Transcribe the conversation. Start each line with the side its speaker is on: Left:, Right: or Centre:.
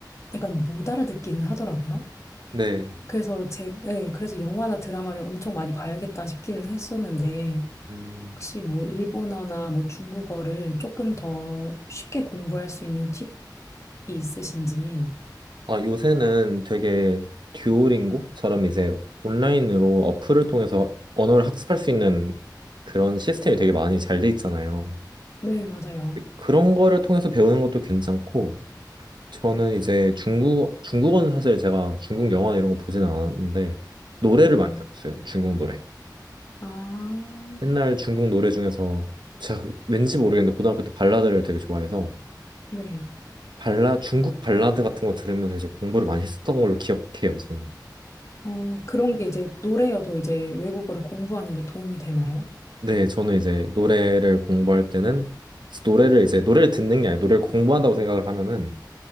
Left: 약간 못 알아듣기는 하더라고요.
Right: 네.
Left: 그래서 제, 네, 그래서 영화나 드라마를 엄청 많이 봐야겠다 싶기는 했었는데,
Right: 음,
Left: 혹시 뭐 일본어나 뭐 중국어를 조금 더 쉽게 공부할 수 있는 팁이 있으신지?
Right: 아, 요새는 되게 듀오링고처럼 이제 온라인으로 어플을 통해서 언어를 학습할 수 있는 그런 시스템이 되게 많이 잘 돼 있잖아요.
Left: 네, 맞아요.
Right: 그런 거를 통해서 배우는 것도 괜찮고, 저는 이제 중국, 중국어는 사실 제가 중국 영화 이런 거 보지는 않았는데, 노래를
Left: 네.
Right: 많이 들었어요. 중국 노래.
Left: 아,
Right: 옛날 중국 노래 중에서 제가 왠지 모르겠는데 고등학교 때 발라드를 되게 좋아해서
Left: 네.
Right: 발라, 중국 발라드 같은 거 들으면서 이제 공부를 많이 했던 걸로 기억해요, 저는.
Left: 어, 그런 게 이제 노래여도 이제 외국어를 공부하는 데 도움이 되나요?
Right: 네, 저는 이제 노래를 공부할 때는 노래를 이제 노래를 듣는 게 아니라 노래를 공부한다고 생각을 하면은